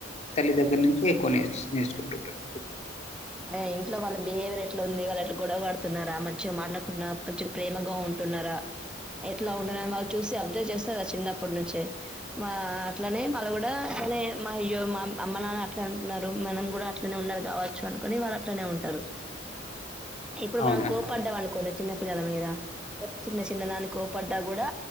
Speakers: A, on the left (about 35°); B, in the centre.
A: తల్లి దగ్గర నుంచి ఎక్కువ నేర్చుకుంటుంటారు.
B: అ ఇంట్లో వాళ్ళ బిహేవియర్ ఎట్లా ఉంది. వాళ్ళు గొడవడుతున్నారా. మంచిగా మాట్లాడుకుంటన్నన్నార మంచిగా ప్రేమగా ఉంటున్నారా. ఎట్లా ఉంటుందని వాళ్ళు చూసి అబ్జర్వ్ చేస్తారు కదా చిన్నప్పటి నుంచే. అట్లనే వాళ్ళు కూడా అట్లనే మా అయ్యో మా అమ్మ నాన్న అట్లానే అంటున్నారు మనం కూడా అట్లనే ఉండాలే కావచ్చు అనుకొని వాళ్ళు అట్లానే ఉంటారు. ఇప్పుడు
A: అవునండి.
B: మనం కోరు. కోపడ్డ అనుకోండి చిన్న పిల్లల మీద ప్రతి చిన్న చిన్న దానికి కోపడ్డా కూడా